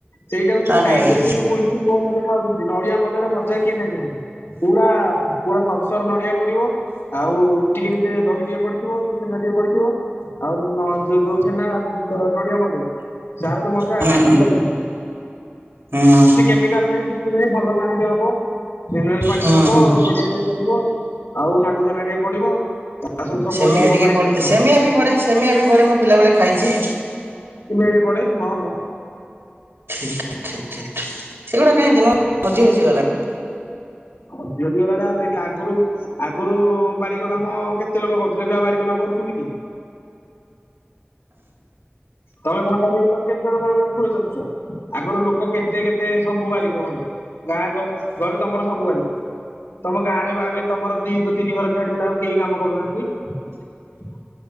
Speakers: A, on the left; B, on the right.
A: ସେଇଟା କୁ <unintelligible>
B: ଆଜ୍ଞା ଆଜ୍ଞା
A: ଏଇ ଯୋଉ କୁଲ୍ଫି କୋନ <unintelligible> ନଡିଆ ମଲେଇର ମଜା କିଏ ଜାଣିନାହାନ୍ତି। ପୁରା ପୁରା <unintelligible> ନଡିଆ ପଡିବ। ଆଉ ଟିକେ ହେଥିରେ ଦହି ଟିକେ ପଡିଥିବ କି ଛେନା ଟିକେ ପଡିଥିବ। ଆଉ ନ ଯୋଉ ଯୋଉ ଛେନା <unintelligible> ନଡିଆ ମଲେଇ। ସାର୍ ତ ମତେ <unintelligible>
B: ହୁଁ ହୁଁ
A: ଲାଗିଯିବ।
B: ହୁଁ
A: କେମିକାଲ ନାହିଁ କିଛି ନାହିଁ ଭଲ ପାଣିରେ ହବ। <unintelligible> ପାଣିରେ
B: ହୁଁ
A: ହବ
B: ହୁଁ ହୁଁ।
A: ନଡିଆ ଟିକେ ପଡ଼ିବ ଆଉ ଶାଗୁ ଦାନା ଟିକେ ପଡିବ। ତା ସହିତ ସବୁ
B: ସେମିଆ
A: ପଡିକି ଭଲ
B: ଟିକେ
A: ଆଇସ୍କ୍ରିମଟା
B: ପଢେ ସେମିଆ
A: ହବ
B: ବି ପଢେ ସେମିଆ ବି ପଢେ ମୁଁ ପିଲା ବଳେ ଖାଇଛି।
A: ସେମିଆ ବି ପଢେ ହଁ ମ।
B: <unintelligible> ସେଗୁଡା କାଇଁ ଦିନକୁ ହଜି ହଜି ଗଲାଣି।
A: ହଜି ହଜି ଗଲାଣି ଆ ଦେଖେ ଆଗୁରୁ ଆଗୁରୁ ବାରିକ କାମ କେତେ ଲୋକୋ କରୁଥିଲେ ଆବେ ଆଉ ବାରିକ ଲୋକ କରୁଛନ୍ତି କି। ତମେ ଭଣ୍ଡାରୀ ହେଇକି ତମେ କେତେ <unintelligible> ଆଗୁରୁ ଲୋକୋ କେତେ କେତେ ସବୁ ବାରିକ ଘରେ ଗାଁ ଗ ଘରେ ତମର ସବୁ ବାରିକ। ତମ ଗାଁ ରେ <unintelligible> ତମର ଦି ଘ ତିନି ଘର ଛାଡିଦେଲେ ଆଉ କେହି କାମ କରୁନାହାନ୍ତି। <inaudible>